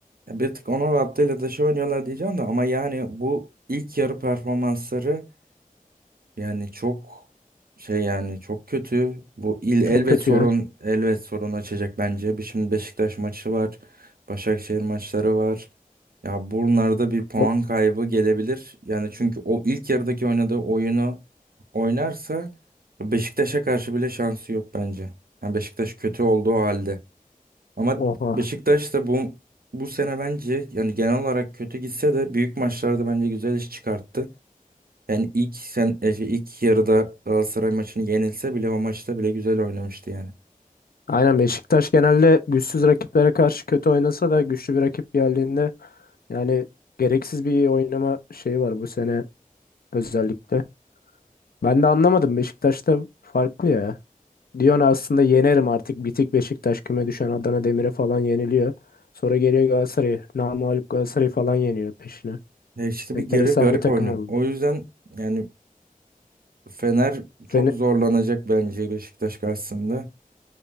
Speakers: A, on the right (about 80°); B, on the left (about 85°).
A: Ya Bir tık onun rahatlığıyla da şey oynuyorlar diyeceğim de ama yani bu ilk yarı performansları Yani çok şey yani çok kötü. Bu il elbet
B: Çok kötüydü.
A: sorun
B: ha.
A: elbet sorun açacak bence. Bir şimdi Beşiktaş maçı var. Başakşehir maçları var. Ya bunlarda bir puan
B: O-
A: kaybı gelebilir. Yani çünkü o ilk yarıdaki oynadığı oyunu oynarsa Beşiktaş'a karşı bile şansı yok bence. Yani Beşiktaş kötü olduğu halde. Ama
B: Oha.
A: Beşiktaş da bu bu sene bence yani genel olarak kötü gitse de büyük maçlarda bence güzel iş çıkarttı. Yani ilk sen e, şey, ilk yarıda Galatasaray maçını yenilse bile o maçta bile güzel oynamıştı yani.
B: Aynen Beşiktaş genelde güçsüz rakiplere karşı kötü oynasa da güçlü bir rakip geldiğinde yani gereksiz bir oynama şeyi var bu sene özellikle. Ben de anlamadım Beşiktaş'ta farklı ya. Diyorsun aslında yenerim artık bitik Beşiktaş küme düşen Adana Demir'e falan yeniliyor. Sonra geliyor Galatasaray'ı. Namağlup Galatasaray'ı falan yeniyor peşine.
A: E işte
B: Enteresan
A: bir garip garip
B: bir takım
A: oynuyor.
B: oldu.
A: O yüzden yani Fener
B: Fener,
A: çok zorlanacak bence Beşiktaş karşısında.